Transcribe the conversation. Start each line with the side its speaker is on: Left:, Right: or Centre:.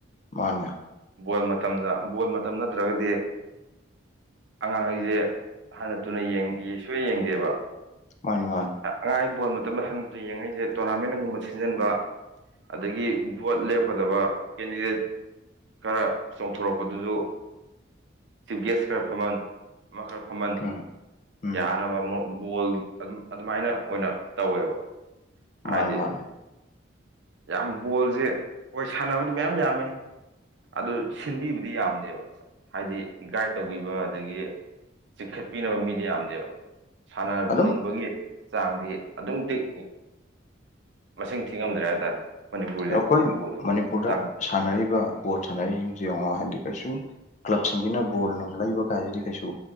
Left: ꯃꯥꯅꯦ
Right: ꯕꯣꯜ ꯃꯇꯝꯗ ꯕꯣꯜ ꯃꯇꯝ ꯅꯠꯇ꯭ꯔꯒꯗꯤ ꯑꯉꯥꯡꯒꯩꯖꯦ ꯍꯟꯅ ꯇꯨꯅ ꯌꯦꯡꯗꯤꯌꯦ ꯁꯨꯌꯦꯡ ꯌꯦꯡꯗꯦꯕ
Left: ꯃꯥꯅꯦ ꯃꯥꯅꯦ
Right: ꯑꯉꯥꯡꯉꯩ ꯕꯣꯜ ꯃ ꯇꯝ ꯍꯟꯅ ꯇꯨꯅ ꯌꯦꯡꯉꯛꯏꯁꯦ ꯇꯣꯔꯅꯥꯃꯦꯟꯒꯨꯝꯕ ꯁꯤꯖꯤꯟꯕ ꯑꯗꯒꯤ ꯚꯣꯠ ꯂꯦꯞꯀꯗꯕ ꯀꯦꯟꯗꯤꯗꯦꯠ ꯈꯔ ꯆꯣꯡꯊꯣꯔꯛꯄꯗꯨꯁꯨ ꯆꯤꯐ ꯒꯦꯁ ꯈꯔ ꯐꯝꯃꯟ ꯑꯃ ꯈꯔ ꯐꯝꯃꯟ
Left: ꯎꯝ ꯎꯝ
Right: ꯌꯥꯅꯕ ꯑꯃꯨꯛ ꯕꯣꯜꯒꯤ ꯑꯗꯨꯝ ꯑꯗꯨꯃꯥꯏꯅ ꯑꯣꯏꯅ ꯇꯧꯋꯦꯕ
Left: ꯃꯥꯅꯦ
Right: ꯍꯥꯏꯗꯤ
Left: ꯃꯥꯅꯦ
Right: ꯌꯥꯝ ꯕꯣꯜꯁꯦ ꯍꯣꯢ ꯁꯥꯟꯅꯕꯗꯤ ꯃꯌꯥꯝ ꯌꯥꯝꯃꯦ ꯑꯗꯨ ꯁꯤꯟꯕꯤꯕꯗꯤ ꯌꯥꯝꯗꯦꯕ ꯍꯥꯏꯗꯤ ꯒꯥꯏꯠ ꯇꯧꯕꯤꯕ ꯑꯗꯒꯤ ꯆꯤꯡꯈꯠꯄꯤꯅꯕ ꯃꯤꯗꯤ ꯌꯥꯝꯗꯦꯕ ꯁꯥꯟꯅꯅꯤꯡꯕꯒꯤ
Left: ꯑꯗꯨꯝ
Right: ꯆꯥꯡꯗꯤ ꯑꯗꯨꯝꯇꯤꯛ ꯃꯁꯤꯡ ꯊꯤꯉꯝꯗ꯭ꯔꯦ ꯍꯥꯏꯇꯥꯔꯦ ꯃꯅꯤꯄꯨꯔꯁꯦ
Left: ꯑꯩꯈꯣꯏ
Right: ꯕꯣꯜꯒꯤ
Left: ꯃꯅꯤꯄꯨꯔꯗ
Right: ꯃꯇꯥꯡꯁꯦ
Left: ꯁꯥꯟꯅꯔꯤꯕ ꯕꯣꯜ ꯁꯥꯟꯅꯔꯤꯁꯤꯡꯁꯦ ꯌꯦꯡꯉꯣ ꯍꯥꯏꯗꯤ ꯀꯩꯁꯨꯝ ꯀ꯭ꯂꯕꯁꯤꯡꯁꯤꯅ ꯕꯣꯜ ꯅꯨꯡ ꯂꯩꯕ ꯀꯥꯏꯁꯤꯗꯤ ꯀꯩꯁꯨ